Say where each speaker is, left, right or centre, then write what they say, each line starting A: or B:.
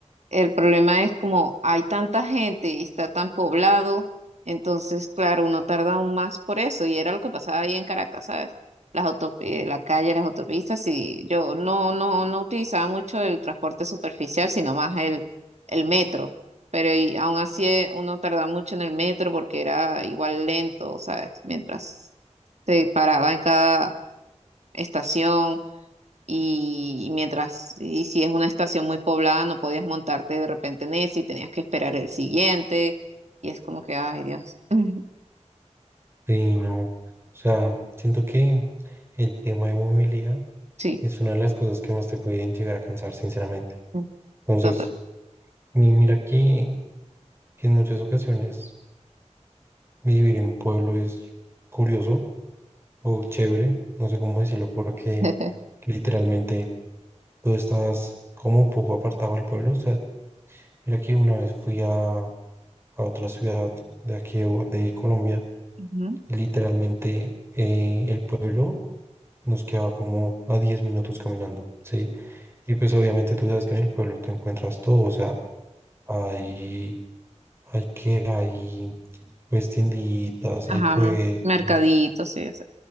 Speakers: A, on the right; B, on the right.
A: El problema es como hay tanta gente y está tan poblado, entonces, claro, uno tarda aún más por eso. Y era lo que pasaba ahí en Caracas, ¿sabes? Las autopi- la calle, las autopistas, y yo no, no, no utilizaba mucho el transporte superficial, sino más el, el metro. Pero y aún así eh, uno tardaba mucho en el metro porque era igual lento, ¿sabes? Mientras se paraba en cada estación y mientras, y si es una estación muy poblada, no podías montarte de repente en ese y tenías que esperar el siguiente. Y es como que, ay Dios. <laughs>
B: Sí, no. O sea, siento que el tema de movilidad
A: Sí,
B: es una de las cosas que más te pueden llegar a cansar, sinceramente.
A: mm,
B: Entonces,
A: total.
B: mi- mira que, que en muchas ocasiones vivir en mi pueblo es curioso o chévere, no sé cómo decirlo, porque
A: <laughs>
B: literalmente Tú estás como un poco apartado del pueblo. O sea, mira que una vez fui a, a otra ciudad de aquí de Bo- de Colombia.
A: Ujú.
B: Literalmente eh, el pueblo nos quedaba como a 10 minutos caminando, ¿sí? Y pues obviamente tú sabes que en el pueblo te encuentras todo. O sea, hay, hay que, hay pues tienditas, hay
A: Ajá,
B: puestos.
A: mercadito, sí, o sea,